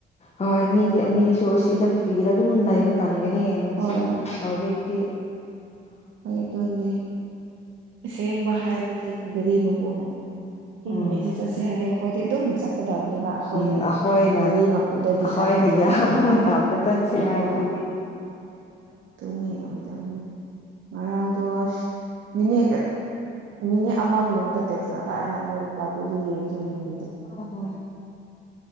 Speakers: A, on the left; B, on the right.
A: ꯍꯣꯏ ꯃꯤꯗꯤ ꯃꯤꯁꯨ ꯁꯤꯗ ꯐ꯭ꯔꯤꯗ ꯑꯗꯨꯝ ꯂꯩꯕ ꯇꯥ ꯍꯟꯒꯅꯤ ꯌꯦꯡ
B: ꯍꯣꯏ
A: ꯁꯤ
B: ꯍꯣꯏ
A: ꯍꯧꯖꯤꯛ ꯇꯦꯛ
B: ꯑꯗꯨꯅꯦ ꯑꯁꯦꯡꯕ ꯍꯥꯏꯕꯗꯤ ꯒꯥꯔꯤꯃꯛ ꯄꯅꯣ ꯁꯤ
A: ꯎꯝ
B: ꯅꯨꯃꯤꯩꯗ ꯆꯠꯁꯦ ꯍꯥꯏꯗꯤ ꯑꯩꯈꯣꯏꯗꯤ ꯑꯗꯨꯝ ꯆꯠꯀꯗꯕꯅꯤꯕ ꯑꯩꯈꯣꯏꯅ
A: ꯎꯝ ꯑꯩꯈꯣꯏꯅ
B: ꯒꯥꯔꯤ ꯃꯄꯨꯗ ꯗꯤꯁꯥꯏꯠ
A: ꯑꯩꯈꯣꯏꯅ
B: ꯇꯧꯕ
A: ꯌꯥꯕ
B: ꯌꯥꯗꯦꯕ
A: ꯃꯇꯝꯗ ꯆꯠꯁꯦ
B: ꯍꯣ
A: ꯍꯥꯏꯕꯗꯨꯗꯤ
B: ꯑꯗꯨꯅꯦ ꯑꯣꯏꯗꯣꯏꯅꯦ ꯃꯔꯥꯡꯗꯣꯁ ꯃꯤꯅꯤ ꯃꯤꯅꯤꯠ ꯑꯃ ꯃꯅꯨꯡꯗ ꯑꯗꯨ ꯇꯦꯛꯁꯔꯛꯒ ꯑꯩꯅ ꯑꯃꯨꯛꯔꯤ꯭ꯂꯥꯏ ꯄꯤꯔ ꯌꯦꯡꯁꯨ ꯌꯦꯡꯉꯨ
A: ꯑꯣ